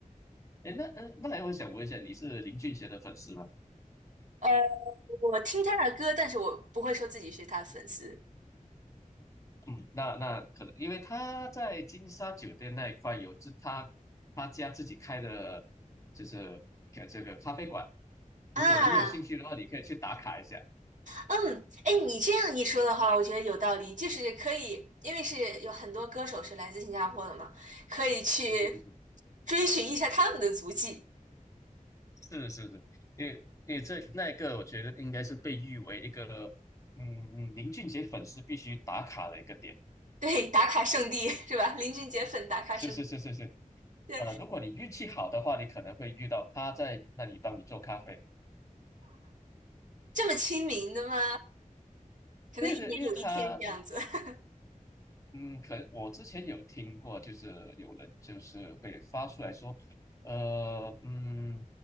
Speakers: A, on the left; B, on the right.
A: 哎，那那那来我想问一下，你是林俊杰的粉丝吗？
B: 呃，我听他的歌，但是我不会说自己是他的粉丝
A: 嗯，那那可能因为他在金沙酒店那一块有自他他家自己开的，就是呃这个咖啡馆。如果你有兴趣的话，
B: 啊。
A: 你可以去打卡一下。
B: 嗯，哎，你这样一说的话，我觉得有道理，就是可以，因为是有很多歌手是来自新加坡的嘛，可以去
A: 对对对对，
B: 追寻一下他们的足迹。
A: 是是是，因为因为这那个，我觉得应该是被誉为一个嗯嗯林俊杰粉丝必须打卡的一个点。
B: 对，打卡圣地是吧？林俊杰粉打卡圣地，
A: 是是是是是，
B: 对，
A: 呃，如果你运气好的话，你可能会遇到他在那里帮你做咖啡。
B: 这么亲民的吗？可能一年有一天这样子。
A: 对对，因为他
B: <laughs>
A: 嗯，可能我之前有听过，就是有人就是会发出来说，呃，嗯，